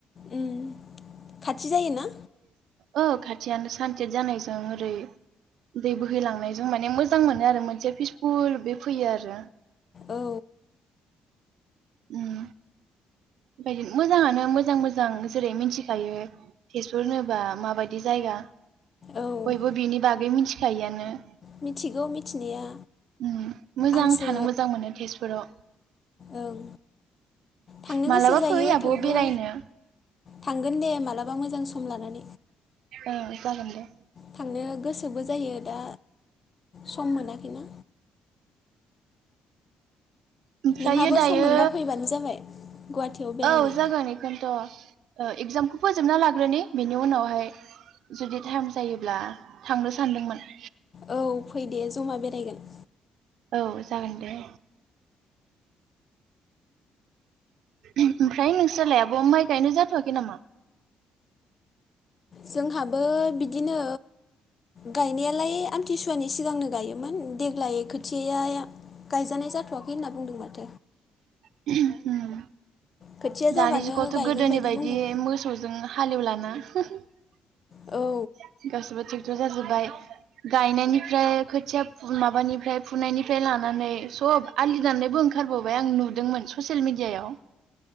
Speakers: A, on the left (about 40°); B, on the right (about 80°).
A: उम खाथि जायोना?
B: औ खाथियानो सानसेद जानायजों ओरै दै बोहैलांनाय जों माने मोजां मोनो आरो मोनसे फिसफुल बे फैयो आरो
A: औ
B: उम बेबायदिनो मोजाङानो मोजां मोजां जेरै मिथिखायो तेजपुर होनोबा माबायदि जायगा
A: औ
B: बयबो बिनि बागै मिथिखायोआनो।
A: मिथिगौ मिथिनाया
B: उम मोजां
A: आंसो
B: थानो मोजां मोनो तेजपुराव
A: ओं थांनो
B: मालाबा
A: गोसो गोसो जायो
B: फै आब'
A: थेवबो
B: बेरायनो
A: थांगोन दे मालाबा मोजां सम लानानै
B: औ जागोन दे
A: थांनो गोसो गोसोबो जायो दा सम मोनाखैना
B: ओमफ्रायो
A: नोंहाबो
B: दायो
A: सम मोनबा फैबानो जाबाय गुवाहाटियाव बेरायनो
B: औ जागोन इखौनथ' ओ इगजामखौ फोजोबना लाग्रोनि बेनि उनावहाय जुदि टाइम जायोब्ला थांनो सानदोंमोन
A: औ फै दे जमा बेरायगोन
B: औ जागोन दे ओमफ्राय नोंसोरोलायाबो माइ गायनो जाथ'वाखै नामा
A: जोंहाबो बिदिनो गायनायालाय आमथिसुवानि सिगांनो गायोमोन देग्लाय खोथियाया गायजानाय जाथ'वाखै होनना बुंदों माथो
B: <unintelligible> उम
A: खोथिया जाबानो
B: दानि जुगावथ'
A: गायगोन
B: गोदोनि बायदि
A: बुंदों
B: मोसौजों हालेवला ना <unintelligible>
A: औ
B: गासैबो ट्रेक्ट जो जाजोब्बाय गायनायनिफ्राय खोथिया माबानिफ्राय फुनायनिफ्राय लानानै सब आलि दाननायबो ओंखारबावबाय आं नुदोंमोन ससियेल मिडियायाव